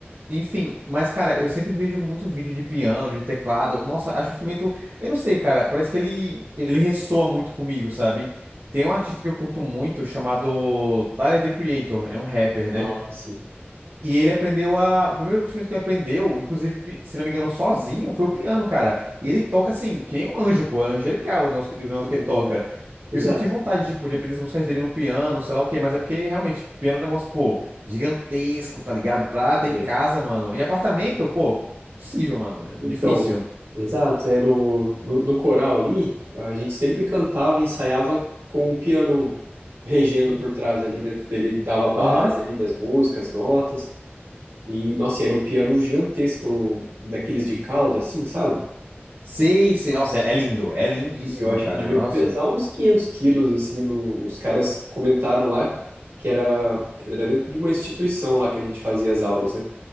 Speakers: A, on the right; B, on the right.
A: Enfim, mas, cara, eu sempre vejo muito vídeo de piano, de teclado. Nossa, acho o instrumento. Eu não sei, cara, parece que ele, ele ressoa muito comigo, sabe? Tem um artista que eu curto muito chamado Tyler, The Creator, é um rapper, né?
B: Nossa, sim,
A: E ele aprendeu a. O primeiro instrumento que ele aprendeu, inclusive, se não me engano, sozinho, foi o piano, cara. E ele toca assim, que nem um anjo, pô, é angelical o negócio, que- o negócio
B: sim,
A: que ele toca.
B: exato.
A: E eu sempre tive vontade, tipo, de aprender as músicas dele no piano, sei lá o quê, mas é porque realmente, piano é um negócio, pô, gigantesco, tá ligado? Pra
B: É,
A: ter em casa, mano. Em apartamento, pô, impossível, mano. é
B: Então,
A: Difícil.
B: exato, é no, no, no coral ali, a gente sempre cantava, ensaiava com o piano regendo por trás ali, né? Ele dava a base
A: Aham.
B: ali das músicas, notas, e, nossa, era um piano gigantesco, daqueles de cauda, assim, sabe?
A: Sei,
B: Eu acho-
A: sei.
B: Nossa,
A: Nossa, é é lindo. É lindíssimo,
B: eu acho
A: cara.
B: que devia
A: Nossa.
B: pesar uns 500 quilos, assim, no- os caras comentaram lá, porque era, era dentro de uma instituição lá que a gente fazia as aulas, né?